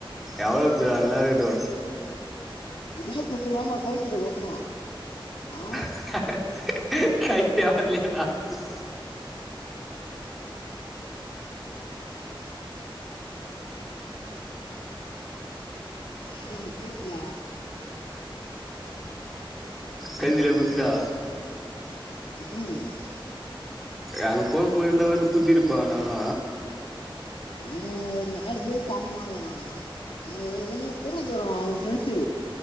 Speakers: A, in the centre; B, on the left (about 75°).
A: எவ்ளோப்ப நல்லாருக்கட்டு
B: <unintelligible> னா ஆ
A: <unintelligible>
B: ஆ நா பேசுதா
A: கைதுல குத்திடா
B: ம் ம்
A: அவ போன் பண்ணிருந்தா வந்து குத்திருப்பா நானு
B: அவ ஒரு நாலு பேர் சம்பவ ஆ உனா கூலிக்கு வருவா அவங் ஃப்ரெண்டு